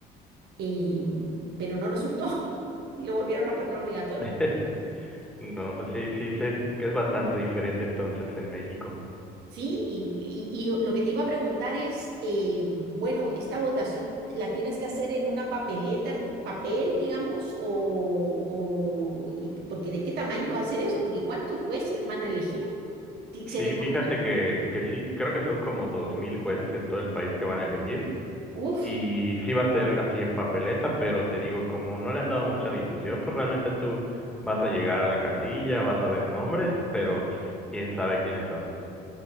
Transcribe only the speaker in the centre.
<laughs> No, pues sí, sí, sí, que es bastante diferente entonces en México.
Sí,
fíjate que, que sí, creo que son como dos mil jueces en todo el país que van a elegir
y sí va a ser así en papeleta, pero te digo, como no le han dado mucha difusión, pues realmente tú vas a llegar a la casilla, vas a ver nombres, pero pues, quién sabe quiénes son.